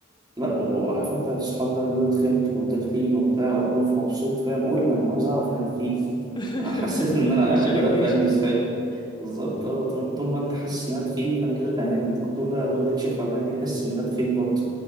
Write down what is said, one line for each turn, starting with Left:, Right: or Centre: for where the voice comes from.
Right: لا وعارف انت الصحاب بقى لما يقولوا تخنت وانت تخين وبتاع واكون في مبسوط فاهم قول لي انا عاوز اعرف ان انت فيه
Left: <laughs>
Right: انا حسيت ان انا
Left: ايوه عشان
Right: بدات
Left: الجيش
Right: انجز فاهم بالظبط اه، طول طول ما انت حاسس ان انا تخين فانا كده تمام الدكتور بقى يقعد يكشف عليا يحس ان انا تخين برضه